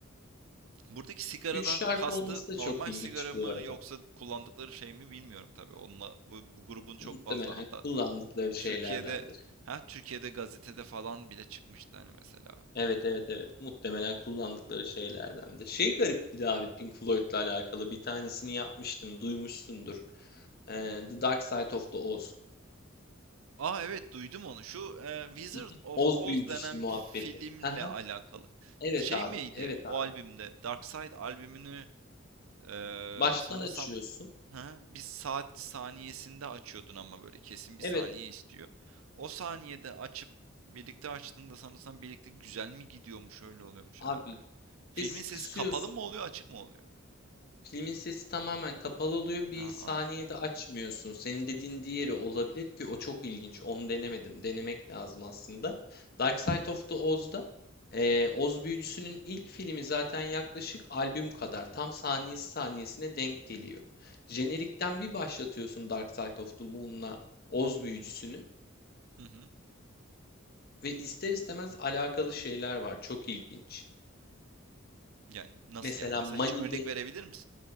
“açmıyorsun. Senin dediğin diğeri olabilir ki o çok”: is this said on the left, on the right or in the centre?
Left